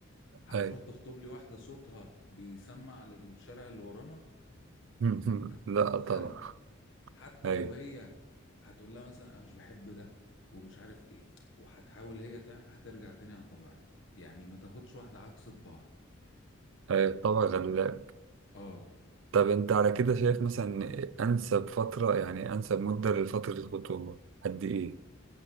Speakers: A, on the left; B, on the right.
A: وهتروح
B: ايوه
A: تخطب لي واحدة صوتها بيسمع للشارع اللي ورانا
B: مم.
A: هت-
B: <laughs> لا
A: هتتخنق
B: طبعا
A: حتى
B: ايوه
A: لو هي هتقول لها مثلا انا مش بحب ده ومش عارف ايه وهتحاول هي تع- هترجع تاني على طبيعتها يعني ما تاخدش واحدة عكس طباع
B: ايوه طبعا غلبان
A: اه
B: طب انت على كده شايف مثلا انسب فترة يعني انسب مدة لفترة الخطوبة قد ايه